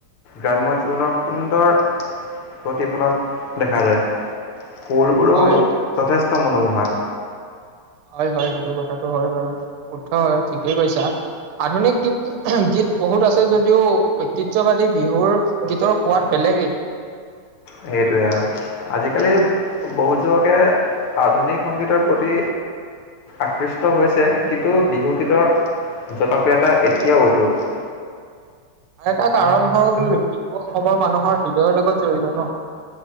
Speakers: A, on the left; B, on the right.
A: গ্ৰাম্য জীৱনৰ সুন্দৰ প্ৰতিফলন, দেখা যায় সুৰবোৰো
B: হয়
A: যথেষ্ট ত মনো মোহা।
B: হয়-হয়, সেইটো কথাটো হয় বাৰু। কোঠা হয় ঠিক, ঠিকেই কৈচা আধুনিক গীত গীত বহুত আছে যদিও ঐতিহ্যবাদী বিহুৰ গীতৰ সোৱাদ বেলেগেই
A: সেইটোৱে আৰু আজিকালি বহুত যুৱকে আধুনিক সংগীতৰ প্ৰতি আকৃষ্ট হৈছে কিন্তু বিহুগীতৰ জনপ্ৰিয়তা এতিয়াও অতুট
B: আৰু এটা কাৰণ হল বিহু অসমৰ মানুহৰ হৃদয়ৰ লগত জড়িত ন